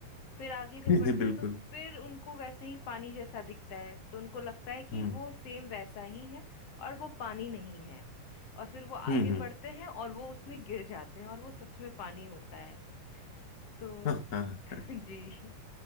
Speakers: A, on the left; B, on the left.
A: फिर आगे जब
B: हम्म,
A: बढ़ते
B: <laughs> बिल्कुल
A: हैं तो फिर उनको वैसे ही पानी जैसा दिखता है तो उनको लगता है कि
B: हम्म
A: वो सेम वैसा ही है और वो पानी नहीं है और फिर वो आगे
B: हम्म
A: बढ़ते हैं और वो उसमें गिर जाते हैं और वो सच में पानी होता है तो
B: हम्म, <laughs>
A: जी